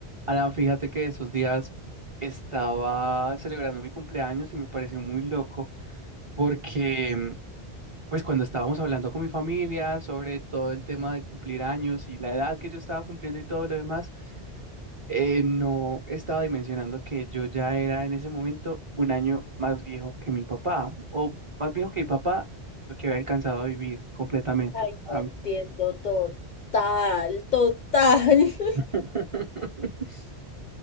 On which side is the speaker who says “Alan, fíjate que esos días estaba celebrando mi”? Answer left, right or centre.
Right